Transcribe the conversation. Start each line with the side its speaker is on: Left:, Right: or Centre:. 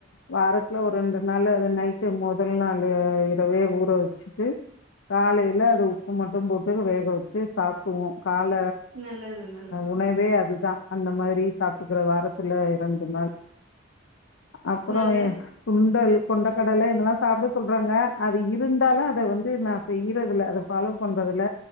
Left: வாரத்துல ஒரு ரெண்டு நாள் அது நைட்டு மொதல் நாள் இரவே ஊற வச்சுட்டு காலையில அது உப்பு மட்டு போட்டு வேக வச்சு சாப்புடுவோ கால
Right: நல்லது நல்லது.
Left: உணவே அதுதா அந்த மாரி சாப்பிட்டுக்கிற வாரத்துல ரண்டு நாள் அப்பற
Right: நல்ல
Left: ஏ சுண்டல் கொண்டைக்கடலை இதெல்லா சாப்பட சொல்றாங்க அது இருந்தாலு அத வந்து நா செய்யறதுல்ல அத ஃபாலோ பண்றதுல